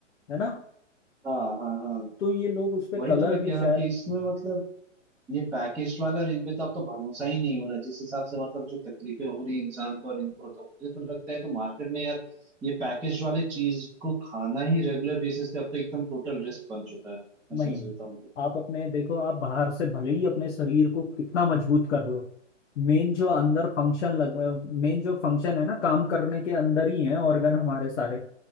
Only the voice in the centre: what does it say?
हाँ हाँ हाँ
वही
तो मैं कह
रहा हूँ
कि इसमें मतलब ये पैकेज वाले और इनपे तो अब तो भरोसा ही नहीं हो रहा जिस हिसाब से मतलब जो तकलीफें हो रही है इंसान को और इनको तो मुझे तो लगता है तो मार्केट में यार ये पैकेज वाले चीज को खाना ही रेगुलर बेसिस पे अब तो एकदम टोटल रिस्क बन चुका है मैं
सच बताऊं तो